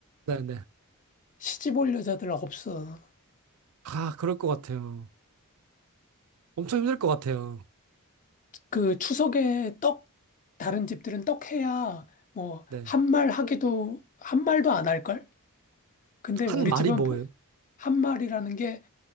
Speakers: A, on the right; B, on the left.
A: 네네.
B: 시집 올 여자들 없어.
A: 아, 그럴 것 같아요. 엄청 힘들 것 같아요.
B: 그 추석에 떡 다른 집들은 떡 해야 뭐
A: 네.
B: 한 말 하기도 한 말도 안 할 걸? 근데
A: 한
B: 우리
A: 마리
B: 집은
A: 뭐예요?
B: 보- 한 말이라는 게